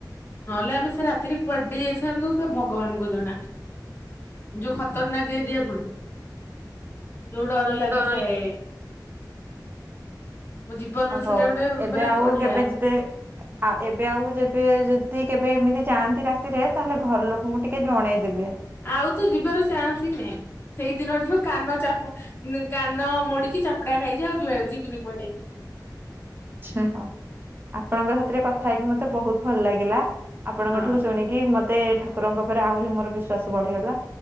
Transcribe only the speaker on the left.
ନହେଲେ ଆମେ ସେ ରାତିରେ କୁଆଡ ହେଇ ଯାଇଥାନ୍ତୁ ତ ଭଗବାନଙ୍କୁ ଜଣା ଯୋଉ ଖତରନାକ ଏରିିଆ ପୁଣି। ଯୋଉ ଡର ଲାଗୁଥାଏ।
ମୋ ଜୀବନରେ
ସେଟା ଗୋଟେ
ମାନେ
ବଢିଆ
ଆଉ ତ ଯିବାର ଚାନ୍ସ ହିଁ ନାହିଁ। ସେଇ ଦିନଠୁ କାନ ଚାପୁ କାନ ମୋଡିକି ଚାପୁଡା ଖାଇଛି ଆଉ ଜୁଆ ଯିବିନି କୁଆଡେ।
ହଁ